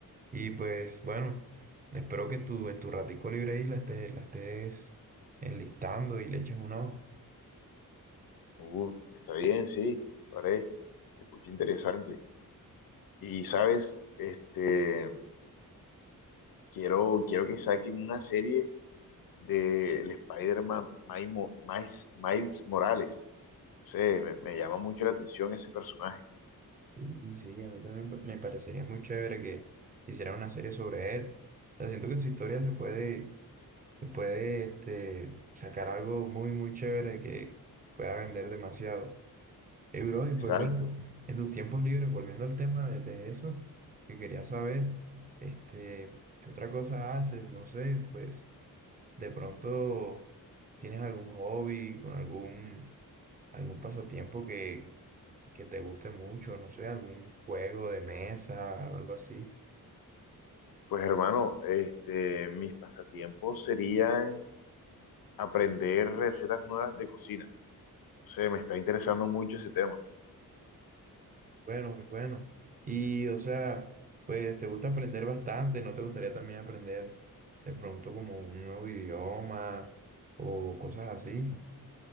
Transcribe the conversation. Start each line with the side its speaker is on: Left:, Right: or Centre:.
Right: Y pues bueno, espero que tú en tu ratico libre ahí la estés, la estés enlistando y le eches un ojo.
Left: Uh, está bien, sí, lo haré. Se escucha interesante. Y, ¿sabes? Este, quiero, quiero que saquen una serie del Spider-Man Maimo- Miles, Miles Morales. No sé, me, me llama mucho la atención ese personaje.
Right: Sí, sí, a mí también pa- me parecería muy chévere que hicieran una serie sobre él. O sea, siento que su historia se puede, se puede este, sacar algo muy, muy chévere que pueda vender demasiado. Eh, bro, y
Left: Exacto.
Right: pues bueno, en tus tiempos libres, volviendo al tema de, de eso, que quería saber, este, ¿qué otra cosa haces? No sé, pues de pronto tienes algún hobby, con algún, algún pasatiempo que, que te guste mucho, no sé, algún juego de mesa o algo así.
Left: Pues hermano, este, mis pasatiempos serían aprender recetas nuevas de cocina. no sé, me está interesando mucho ese tema.
Right: Bueno, muy bueno. Y o sea, pues te gusta aprender bastante, ¿no te gustaría también aprender de pronto como un nuevo idioma o cosas así?